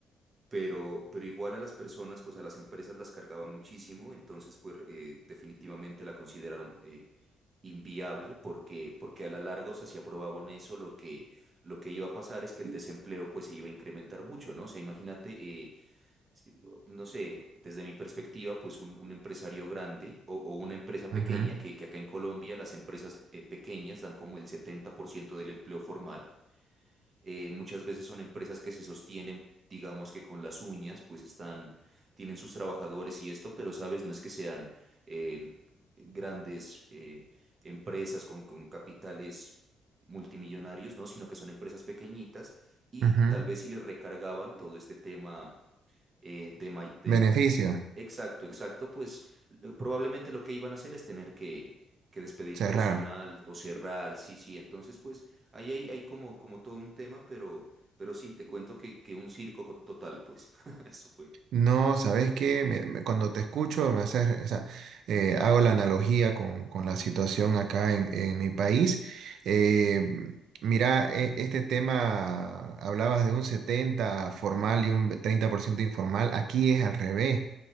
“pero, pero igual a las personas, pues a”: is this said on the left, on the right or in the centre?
Right